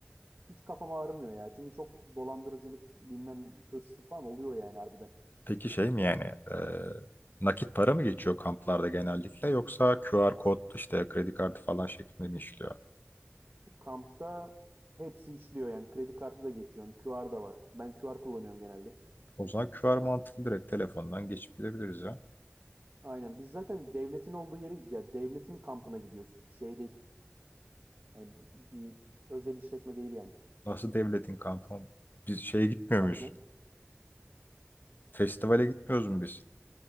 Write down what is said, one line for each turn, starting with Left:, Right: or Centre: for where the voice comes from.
Right: hiç kafam ağrımıyor ya. Çünkü çok dolandırıcılık, bilmem hırsızlık falan oluyor yani harbiden.
Left: Peki şey mi yani? e, nakit para mı geçiyor kamplarda genellikle yoksa QR kod işte kredi kartı falan şeklinde mi işliyor?
Right: Kampta hepsi işliyor yani. Kredi kartı da geçiyorsun. QR da var. Ben QR kullanıyorum genelde.
Left: O zaman QR mantıklı direkt telefondan geçip gidebiliriz ya.
Right: Aynen. Biz zaten devletin olduğu yere ya devletin kampına gidiyoruz. Şey değil. Hani bir özel işletme değil yani.
Left: Nasıl devletin kampı? oğlum? Biz şeye gitmiyor
Right: Tabii
Left: muyuz?
Right: canım.
Left: Festivale gitmiyoruz mu biz?